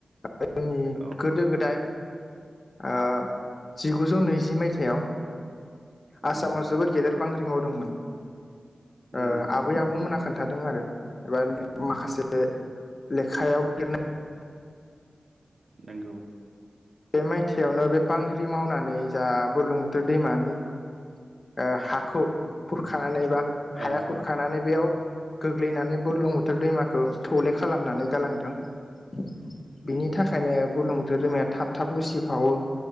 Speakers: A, on the left (about 45°); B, on the right (about 70°).
A: जोंनि
B: औ
A: गोदो गोदाय ओ जिगुजौ नैजि मायथाइयाव
B: नंगौ
A: आसामाव जोबोद गेदेर बांग्रि मावदोंमोन। ओ
B: नंगौ
A: आबै आबौमोना खोन्थादों आरो एबा माखासे लेखायाव लिरनाय
B: नंगौ
A: बे मायथाइयावनो बे बांग्रि मावनानै जा बुरलुंबुथुर दैमानि ओ हाखौ खुरखानानै बा हाया
B: औ
A: खुर खानानै बेयाव गोग्लैनानै बुरलुंबुथुर दैमाखौ थौले खालामनानै गालांदों। बिनि
B: नंगौ
A: थाखा बेखायनो बुरलुंबुथुर दैमाया थाब थाब उसिफावो